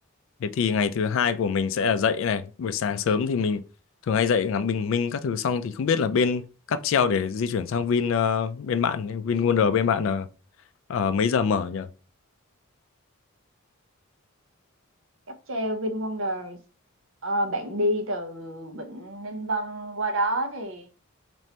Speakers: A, on the left; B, on the right.
A: thế thì ngày thứ hai của mình sẽ là dậy này buổi sáng sớm thì mình thường hay dậy ngắm bình minh các thứ xong thì không biết là bên cáp treo để di chuyển sang Vin ờ, bên bạn Vin Wonder bên bạn ờ, Ờ, mấy giờ mở nhỉ?
B: cáp treo VinWonders Ờ, bạn đi từ Vịnh Ninh Vân qua đó thì